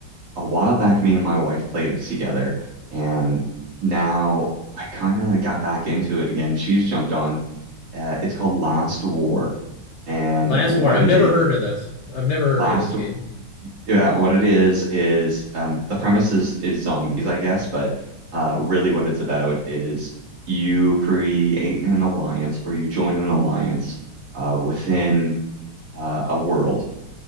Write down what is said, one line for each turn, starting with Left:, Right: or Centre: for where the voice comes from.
Right: a while back, me and my wife played it together, and now I kind of got back into it again. She's jumped on. Uh, it's called Last War, and
Left: Last
Right: what
Left: War. I've
Right: it
Left: never
Right: is,
Left: heard of this. I've never heard
Right: Last
Left: of this game.
Right: yeah, what it is is um, the premise is, is zombies, I guess, but uh, really what it's about is you create an alliance or you join an alliance uh, within uh, a world.